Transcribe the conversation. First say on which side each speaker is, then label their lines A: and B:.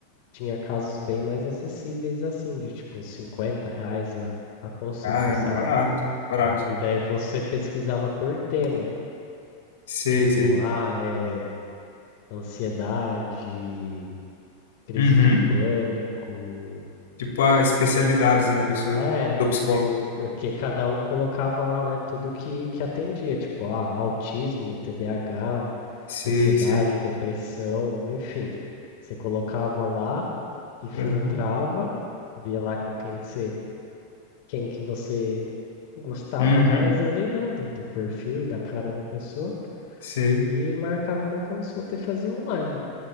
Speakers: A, on the left; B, on the left.
A: tinha casos bem mais acessíveis, assim, de tipo 50 reais a, a consulta,
B: Caramba,
A: sabe?
B: barato, barato.
A: E daí você pesquisava por tema,
B: Sei,
A: tipo,
B: sei.
A: ah, é ansiedade, crise
B: Uhum.
A: de pânico.
B: Tipo a especialidade assim da pessoa,
A: É,
B: do psicólogo.
A: Porque cada um colocava lá, né, tudo que, que atendia, tipo, ah, autismo, TDAH,
B: Sei,
A: ansiedade,
B: sei.
A: depressão, enfim. Você colocava lá e filtrava,
B: Uhum.
A: via lá com quem que você, quem que você gostava
B: Uhum.
A: mais ali, né, do, do perfil e da cara da pessoa,
B: Sei.
A: e marcava uma consulta e fazia online.